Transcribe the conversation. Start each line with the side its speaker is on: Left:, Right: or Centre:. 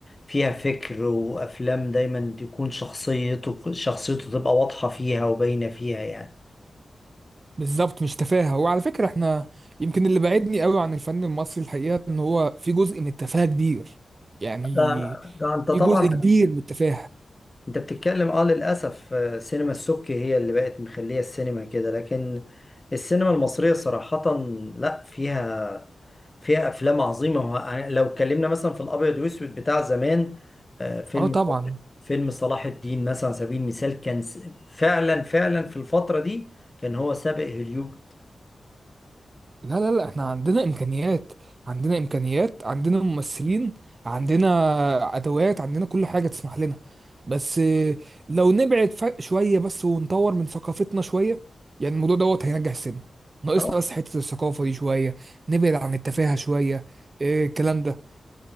Left: فيها فكر وأفلام دايما تكون شخصيته شخصيته تبقى واضحة فيها وباينة فيها يعني
Right: بالظبط مش تفاهة وعلى فكرة احنا يمكن اللي بعدني قوي عن الفن المصري الحقيقة ان هو في جزء من التفاهة كبير يعني
Left: ده, ده انت
Right: في
Left: طبعا
Right: جزء كبير من التفاهة
Left: انت بتتكلم اه للاسف آه، سينما السبكي هي اللي بقت مخليه السينما كده لكن السينما المصريه صراحه لا فيها فيها افلام عظيمه وه- يعني لو اتكلمنا مثلا في الابيض واسود بتاع زمان آه، فيلم
Right: اه طبعا
Left: فيلم صلاح الدين مثلا على سبيل المثال كان س- فعلا فعلا في الفتره دي كان هو سابق هوليود
Right: لا لا لا احنا عندنا امكانيات عندنا امكانيات عندنا ممثلين عندنا ادوات عندنا كل حاجه تسمح لنا بس آه، لو نبعد فرق شويه بس ونطور من ثقافتنا شويه يعني الموضوع دوت هينجح السينما ناقصنا
Left: اه.
Right: بس حته الثقافه دي شويه نبعد عن التفاهه شويه آه، الكلام ده